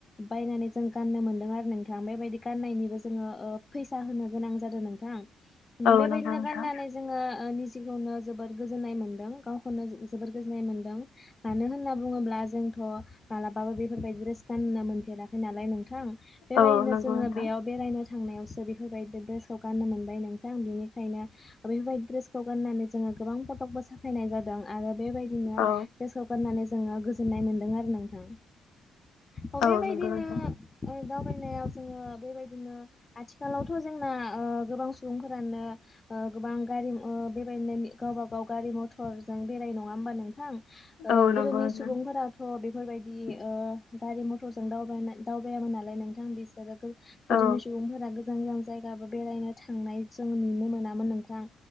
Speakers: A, on the left; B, on the left.
A: बायनानै जों गाननो मोनदों आरो नोंथां। बेबायदि गाननायनिबो जोंङो फैसा होनो गोनां जादों नोंथां। उम्म
B: औ
A: बेबायदिनो
B: नंगौ नोंथां
A: गाननानै जोंङो ओ निजि खौनो जोबोद गोजोननाय मोनदों गावखौनो जो-जोबोर गोजोननाय मोनदों मानो होन होनना बुंङोब्ला जोंथ मालाबाबो बेफोरबायदि ड्रेस गाननो मोनफेराखै नालाय नोंथां। बेबायदिनो
B: औ नंगौ
A: जोंङो
B: नोंथां
A: बेयाव बेरायनो थांनायावसो बिफोरबायदि ड्रेसखौ गाननो मोनबाय नोंथां बिनिखायनो बेफोरबायदि ड्रेसखौ गाननानै जोंङो ओ गोबां फटकबो साफायनाय जादों आरो बेबायदिनो
B: औ
A: देसखौ गाननानै जोंङो गोजोननाय मोनदों आरो नोंथां। अ
B: औ
A: बेबायदिनो
B: नंगौ नोंथां
A: ओ दावबायनायाव जोंङो बेबायदिनो आथिखालावथ जोंना ओ गोबां सुबुंफोरानो ओ गोबां गारिम ओ बेबायदिनो गावबा गाव गारि मथर जों बेरायो नंङा होमबा नोंथां? ओ
B: औ नंगौ
A: गोदोनि
B: नोंथां
A: सुबुंफोराथ बे फोरबायदि ओ गारि मथर जों दावबायनाय दावबायामोन नालाय नोंथां बिसोरो गो गोदिनि
B: औ
A: सुबुंफोरा गोजान गोजान जायगाबो बेरायनो थांनाय जों नुनो मोनामोन नोंथां।